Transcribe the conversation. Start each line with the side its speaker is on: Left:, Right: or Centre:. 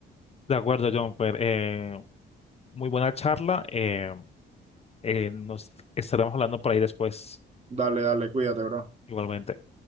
Left: De acuerdo, John, eh, muy buena charla. eh, eh, nos estaremos hablando por ahí después,
Right: Dale, dale, cuídate, bro.
Left: igualmente.